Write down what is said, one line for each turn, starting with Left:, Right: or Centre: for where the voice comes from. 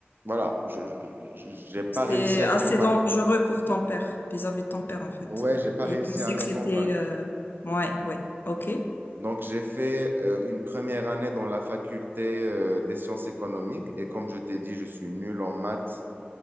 Right: voilà, je, je- j'ai pas
Left: C'était
Right: réussi à
Left: assez
Right: convaincre.
Left: dangereux pour ton père, vis-à-vis de ton père en fait.
Right: Ouais, j'ai pas
Left: Et
Right: réussi
Left: il pensait
Right: à le
Left: que c'était...
Right: convaincre.
Left: euh, Ouais, ouais, ok.
Right: Donc, j'ai fait euh, une première année dans la faculté euh, des sciences économiques et comme je t'ai dit, je suis nul en maths